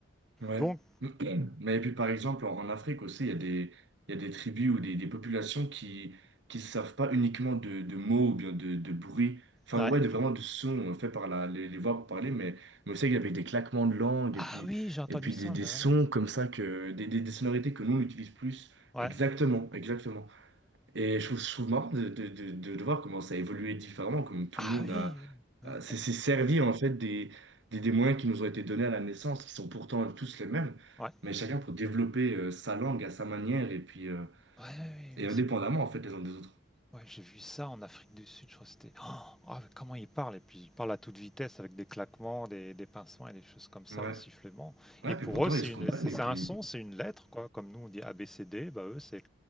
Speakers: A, on the right; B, in the centre.
A: Ouais.
B: Donc
A: <clears throat> Mais et puis par exemple, en, en Afrique aussi, il y a des, il y a des tribus ou des, des populations qui qui ne savent pas uniquement de, de mots ou bien de, de bruit, enfin
B: ouais.
A: ouais, de vraiment de sons euh, faits par la, les, les voix pour parler, mais, mais aussi avec des claquements de langue
B: Ah
A: et puis,
B: oui, j'ai entendu
A: et puis
B: ça
A: des, des
B: ouais
A: sons comme ça, que, des, des, des sonorités que nous on utilise plus.
B: Ouais.
A: Exactement, exactement. Et je trouve, je trouve marrant de, de, de, de- de voir comment ça a évolué différemment, comme tout
B: Ah
A: le monde
B: oui,
A: a,
B: oui,
A: a-
B: ouais.
A: s'est s'est servi en fait des, des, des moyens qui nous ont été donnés à la naissance, qui sont pourtant tous les mêmes,
B: Ouais.
A: mais chacun pour développer euh, sa langue à sa manière et puis euh,
B: Ouais, ouais, oui,
A: et
B: oui,
A: indépendamment en fait les uns des autres.
B: Ouais, j'ai vu ça en Afrique du Sud, je crois que c'était Oh, ah, mais comment il parle et puis il parle à toute vitesse avec des claquements, des, des pincements et des choses comme ça,
A: Ouais,
B: des sifflements.
A: ouais,
B: Et pour
A: puis pourtant
B: eux, c'est
A: ils se
B: une,
A: comprennent
B: c'est c'est
A: et puis
B: un son, c'est une lettre quoi. Comme nous on dit ABCD, bah eux c'est